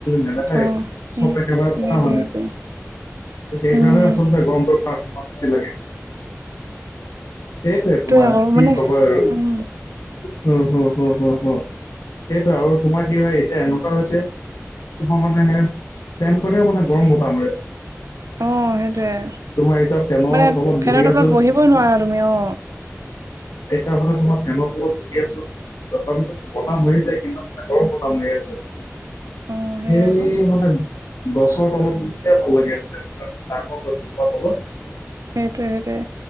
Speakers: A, on the left; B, on the right.
A: নেদেখাই
B: অ
A: চব
B: উম
A: একেবাৰে পকা
B: সেইটোৱে
A: মানে
B: সেইটোৱে
A: সেইকাৰণে
B: উম
A: আচলতে গৰমটোত তাৰ অকমান বেছি লাগে সেইটোৱে তোমাৰ
B: আকৌ
A: কি
B: মানে
A: কবা আৰু
B: উম
A: হুম হুম হুম হুম হুম সেইটো আৰু তোমাৰ কি হয় এতিয়া এনেকুৱা হৈছে মানে সে ফেনখনেও মানে গৰম বতাহ মাৰে
B: অ সেইটোয়ে
A: তোমাৰ এতিয়া ফেনৰ
B: মানে
A: তলত বহি
B: ফেনৰ তলত
A: আছো
B: বহিবই নোৱাৰা তুমি অ
A: এতা হলে বহা ফেনত বহি আছো তথাপিতো বতাহ মাৰিছে কিন্তু গৰম বতাহ মাৰি আছে
B: অ সেই
A: হেই
B: আকৌ
A: মহান গছৰ তলত বহিহে ভাল লাগে ততে ডাঙৰ গছ এজোপা তলত
B: সেইটোয়ে সেইটোয়ে